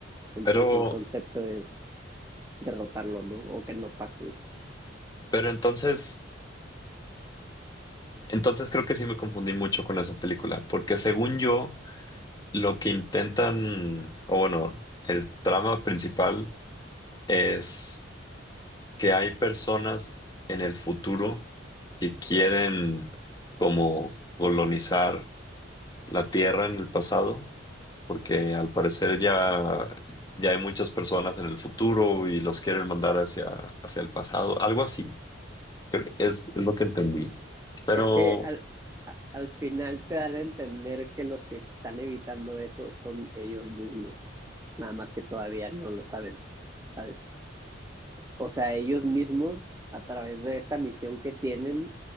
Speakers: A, on the right (about 15°); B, on the left (about 20°).
A: Entonces,
B: Pero,
A: el concepto es derrotarlo, ¿no? O que no pase eso.
B: pero entonces, entonces creo que sí me confundí mucho con esa película, porque según yo, lo que intentan, o bueno, el trama principal es que hay personas en el futuro que quieren como colonizar la Tierra en el pasado, porque al parecer ya, ya hay muchas personas en el futuro y los quieren mandar hacia, hacia el pasado, algo así. Creo que Es, es lo que entendí. Pero,
A: Es que al, a- al final te dan a entender que los que están evitando eso son ellos mismos, nada más que todavía no lo saben, ¿sabes? O sea, ellos mismos, a través de esta misión que tienen,